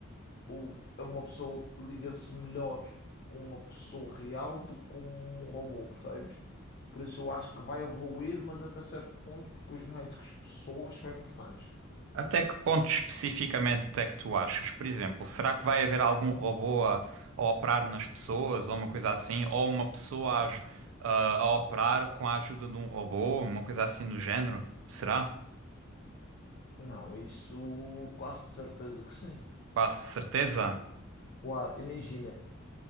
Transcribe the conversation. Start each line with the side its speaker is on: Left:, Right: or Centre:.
Left: o, uma pessoa liga-se melhor com uma pessoa real do que com um robô, percebes? Por isso eu acho que vai evoluir, mas até certo ponto, porque os médicos pessoas são importantes.
Right: Até que ponto especificamente é que tu achas? Por exemplo, será que vai haver algum robô a, a operar nas pessoas ou uma coisa assim? Ou uma pessoa a, aj- a- a operar com a ajuda de um robô, uma coisa assim do género? Será?
Left: Não, isso quase de certeza que sim.
Right: Quase certeza?
Left: Qua- imagina,